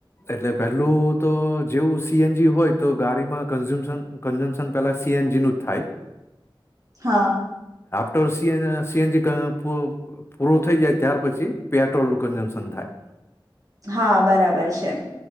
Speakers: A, on the left; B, on the right.
A: એટલે પેલું તો જેવું સી એન જી હોય તો ગાડીમાં કનજીયુજમ કન્જ્યમશન પેલા સી એન જી નું જ થાય.
B: હા.
A: તો સી એ સી એન જી પૂ-પૂરું થઈ જાય ત્યાર પછી પેટ્રોલ નું કન્જમ્શન થાય.
B: હા, બરાબર છ છે.